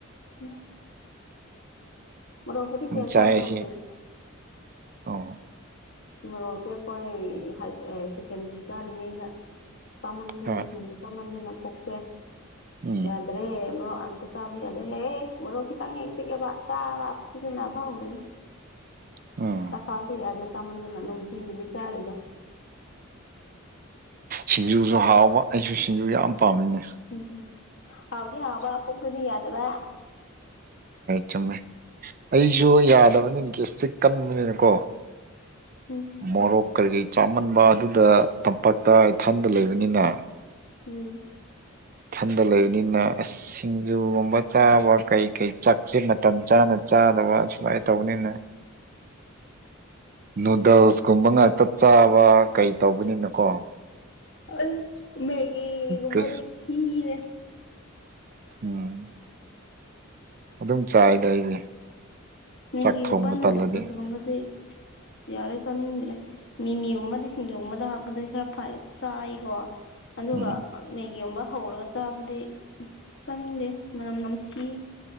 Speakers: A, on the left; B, on the right.
A: ꯎꯝ ꯃꯔꯣꯛ ꯄꯩꯗꯤ ꯌꯥꯝ
B: ꯆꯥꯏ
A: ꯆꯥꯖ ꯉꯝꯗꯦꯗ
B: ꯑꯁꯤ ꯑꯣ
A: ꯃꯣꯔꯣꯛꯇꯤ ꯑꯩꯈꯣꯏ ꯍꯥꯢꯁ ꯁꯦꯀꯦꯟꯗꯔꯤ ꯀꯥꯔꯤꯉꯩꯗ ꯆꯥꯃꯟꯗꯅ
B: ꯍꯣꯏ
A: ꯁꯤꯡꯖꯨ ꯆꯥꯃꯟꯗꯅ ꯄꯨꯛꯁꯦ
B: ꯎꯝ
A: ꯌꯥꯗ꯭ꯔꯦ ꯃꯣꯔꯣꯛ ꯑꯝꯇ ꯆꯥꯕ ꯌꯥꯗ꯭ꯔꯦ ꯍꯦꯛꯦꯛ ꯃꯔꯣ ꯈꯤꯇꯪ ꯍꯦꯛ ꯆꯤꯛꯑꯕ ꯆꯥꯕ ꯄꯨꯛꯁꯦ ꯅꯥꯕ ꯍꯧꯔꯅꯤ
B: ꯎꯝ
A: ꯆꯈꯥꯎꯁꯦ ꯌꯥꯗ꯭ꯔꯦ ꯆꯥꯃꯟꯗꯅ ꯅꯨꯡꯇꯤꯒꯤꯗꯤ ꯆꯥꯔꯤ ꯑꯗꯣ
B: ꯁꯤꯡꯖꯨꯁꯨ ꯍꯥꯎꯕ ꯑꯩꯁꯨ ꯁꯤꯡꯖꯨ ꯌꯥꯝ ꯄꯥꯝꯃꯤꯅꯦ
A: ꯎꯝꯝ ꯍꯥꯎꯗꯤ ꯍꯥꯎꯕ ꯄꯨꯡꯇꯗꯤ ꯌꯥꯗꯕ
B: ꯆꯨꯝꯃꯦ ꯑꯩꯁꯨ ꯌꯥꯗꯕꯅꯤ ꯒꯦꯁꯇ꯭ꯔꯤꯛ ꯀꯟꯕꯅꯤꯅꯀꯣ
A: ꯎꯝ
B: ꯃꯣꯔꯣ ꯀꯒꯩ ꯆꯥꯃꯟꯕ ꯑꯗꯨꯗ ꯇꯝꯄꯥꯛꯛꯇ ꯏꯊꯟꯗ ꯂꯩꯕꯅꯤꯅ
A: ꯎꯝ
B: ꯊꯟꯗ ꯂꯩꯕꯅꯤꯅ ꯑꯁ ꯁꯤꯡꯖꯨꯒꯨꯝꯕ ꯆꯥꯕ ꯀꯩꯀꯩ ꯆꯛꯁꯦ ꯃꯇꯝ ꯆꯥꯅ ꯆꯥꯗꯕ ꯁꯨꯃꯥꯏ ꯇꯧꯅꯤꯅ ꯅꯨꯗꯜꯁ ꯀꯨꯝꯕ ꯉꯥꯛꯇ ꯆꯥꯕ ꯀꯩ ꯇꯧꯕꯅꯤꯅꯣꯀꯣ
A: ꯑꯩ ꯃꯦꯒꯤꯒꯨꯕꯗꯤ
B: ꯒ꯭ꯔꯤꯁ
A: ꯈꯤꯔꯦ
B: ꯎꯝ ꯑꯗꯨꯝ ꯆꯥꯏꯗ ꯑꯩꯗꯤ
A: ꯃꯦꯒꯤꯒꯨꯝꯕ
B: ꯆꯥꯛ ꯊꯣꯡꯕ
A: ꯅꯨꯗꯜꯁꯒꯨꯝꯕꯗꯤ
B: ꯇꯜꯂꯗꯤ <unintelligible>
A: ꯌꯥꯔꯦ ꯆꯥꯅꯤꯡꯗ꯭ꯔꯦ ꯃꯤꯃꯤꯒꯨꯝꯕꯗꯤ ꯁꯤꯡꯖꯨꯒꯨꯝꯕꯗ ꯍꯥꯞꯄꯗ ꯈꯔ ꯆꯥꯏꯀꯣ ꯑꯗꯨꯒ
B: ꯎꯝ
A: ꯃꯦꯒꯤꯒꯨꯝꯕ ꯍꯧꯔꯒ ꯆꯥꯕꯨꯗꯤ ꯆꯥꯅꯤꯡꯗꯦ ꯃꯅꯝ ꯅꯝꯊꯤ